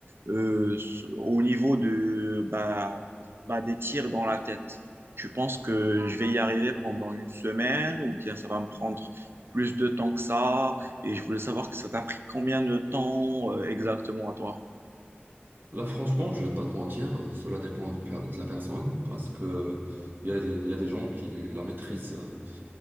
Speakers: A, on the right; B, on the right.
A: euh, au niveau de, bah, bah, des tirs dans la tête? Tu penses que je vais y arriver pendant une semaine ou bien ça va me prendre plus de temps que ça? Et je voulais savoir que ça t'a pris combien de temps euh, exactement à toi?
B: Là, franchement, je vais pas te mentir, euh, cela dépend de, de la personne parce que il y a des, il y a des gens qui la maîtrisent euh,